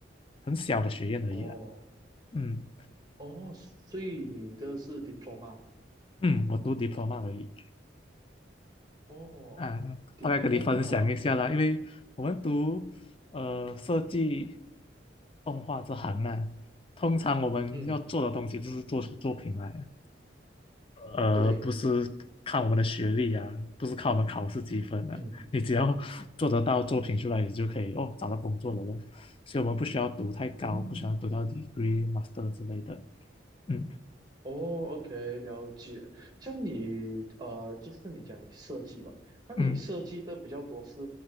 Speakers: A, on the left (about 30°); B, on the right (about 20°).
A: 很小的学院而已啦，
B: 哦
A: 嗯
B: 哦，所以你的是 diploma
A: 嗯，我读 diploma 而已。
B: 哦，diploma，
A: 嗯，大概跟你分享一下啦，因为我们读呃设计动画这行呢，通常我们要做的东西就是做出作品来啊
B: 嗯，
A: 呃，
B: 对。
A: 不是看我们的学历啊，不是看我们考试积分的，
B: 嗯
A: 你只要做得到作品出来，你就可以哦找到工作了咯。所以我们不需要读太高，
B: 嗯，
A: 不需要读到 degree、master 之类的。嗯
B: 哦，OK，了解。像你呃，就是你讲你设计吧，那你设计的比较多是
A: 嗯，